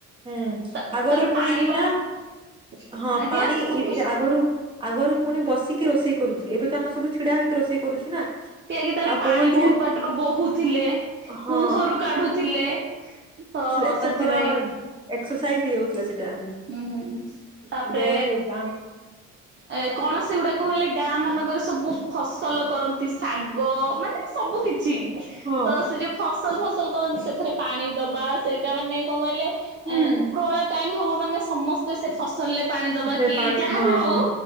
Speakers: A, on the right; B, on the right.
A: ହୁଁ
B: ତାପରେ
A: ଆଗରୁ ପୁଣି
B: ପାଣି ବାଲ
A: ନା ହଁ
B: ଆଜ୍ଞା
A: ପାଣି
B: କଣ
A: ଏଇଟା
B: କ
A: ଆଗରୁ ଆଗରୁ ପୁଣି ବସିକି ରୋଷେଇ କରୁଥିଲେ। ଏବେ ତ ଆମେ ସବୁ ଛିଡା ହେଇକି ରୋଷେଇ କରୁଛୁ ନା।
B: ତିଆଇକି ତାପରେ
A: ଆଉ
B: ପାଣି
A: କୁହନ୍ତି
B: ବହୁତ୍
A: ଯେ
B: ବାଟରୁ ବୋହୁଥିଲେ
A: ହଁ
B: କୁହରୁ କାଢୁଥିଲେ। ତ
A: ସେ
B: ସେଥିପାଇଁ।
A: ତାଙ୍କର ଏକ୍ସରସାଇଜ ହେଇଯାଉଥିଲା ସେଟା
B: ଉଁ ହୁଁ ତାପରେ
A: ବ୍ୟାୟାମ ହେଉଥିଲା
B: ଏ କଣ ସେଗୁଡାକୁ ହେଲେ ଗାଁ ମାନଙ୍କରେ ସବୁ ଫସଲ କରନ୍ତି। ଶାଗ, ମାନେ ସବୁ କିଛି
A: ହଁ
B: ତ ସେ ଯୋଉ ଫସଲ ଫସଲ କରନ୍ତି ସେଥିରେ ପାଣି ଦବା ସେଇଟା ମାନେ କଣ କହିଲେ
A: ହୁଁ।
B: ଏ ଉପରଅଳା ଟାଇମ୍ ହବ ମାନେ ସମ ତ ସେ ଫସଲରେ ପାଣି ଦବା
A: ସେ
B: କି
A: ପାଣି
B: ଯାହାବି
A: ହଁ
B: ହଉ
A: ହଁ